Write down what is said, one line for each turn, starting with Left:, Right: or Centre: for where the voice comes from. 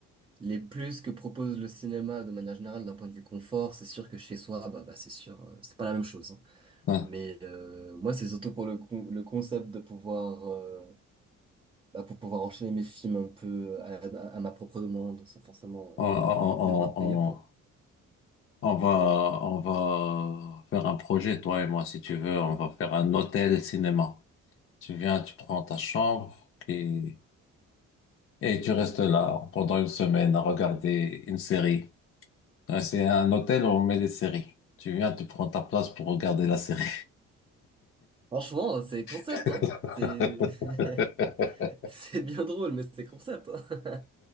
Right: les plus que propose le cinéma de manière générale d'un point de vue confort, c'est sûr que chez soi, bah, bah c'est sûr, euh, c'est pas la même chose. hein.
Left: Ouais.
Right: Mais euh, moi, c'est surtout pour le, con- le concept de pouvoir, euh, bah, pour pouvoir enchaîner mes films un peu à, à ma propre demande, sans forcément euh,
Left: On, on, on,
Right: devoir payer
Left: on-
Right: pour.
Left: On va, on va faire un projet, toi et moi, si tu veux. On va faire un hôtel cinéma. Tu viens, tu prends ta chambre et, et tu restes là pendant une semaine à regarder une série. Ouais, C'est un hôtel où on met des séries. Tu viens, tu prends ta place pour regarder la série.
Right: Franchement, c'est concept,
Left: <laughs>
Right: hein. C'est <laughs> c'est bien drôle, mais c'est concept. hein.